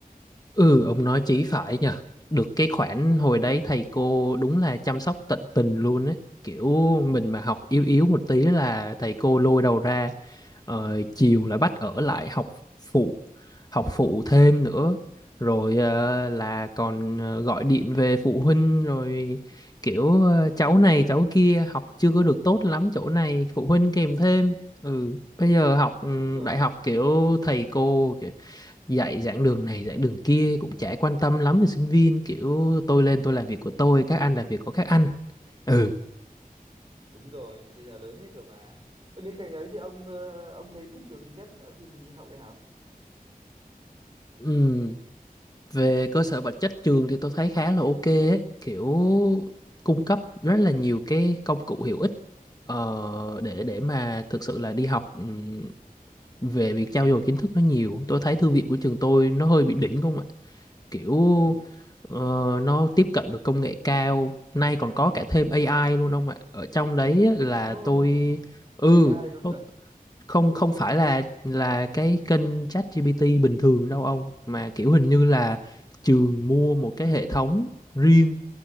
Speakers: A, on the left; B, on the right.
A: Ừ, ông nói chí phải nhờ. Được cái khoản hồi đấy thầy cô đúng là chăm sóc tận tình luôn ấy. Kiểu mình mà học yếu yếu một tí là thầy cô lôi đầu ra. Ờ, chiều là bắt ở lại học phụ, học phụ thêm nữa. Rồi ờ, là còn ờ, gọi điện về phụ huynh rồi kiểu ờ, cháu này cháu kia học chưa có được tốt lắm chỗ này phụ huynh kèm thêm. Ừ, bây giờ học ừ,
B: đúng rồi
A: đại học kiểu thầy cô kiểu dạy giảng đường này giảng đường kia cũng chả quan tâm lắm về sinh viên kiểu tôi lên tôi làm việc của tôi các anh làm việc của các anh ừ
B: đúng rồi thì bây giờ lớn hết rồi mà thế bên cạnh ấy thì ông ờ, ông thấy thích điều gì nhất nữa khi mình đi học đại học
A: Ừm, về cơ sở vật chất trường thì tôi thấy khá là ok ấy. kiểu cung cấp rất là nhiều cái công cụ hữu ích ờ, để để mà thực sự là đi học ừm, về việc trau dồi kiến thức nó nhiều tôi thấy thư viện
B: ừ
A: của trường tôi nó hơi bị đỉnh không ạ kiểu
B: ừ
A: ờ, nó tiếp cận được công nghệ cao nay còn có cả thêm AI luôn ông ạ ở trong đấy á, là
B: ồ oh,
A: tôi ừ
B: AI luôn cả
A: không không phải là là cái kênh ChatGPT bình thường đâu ông mà kiểu hình như là trường mua một cái hệ
B: ừ
A: thống riêng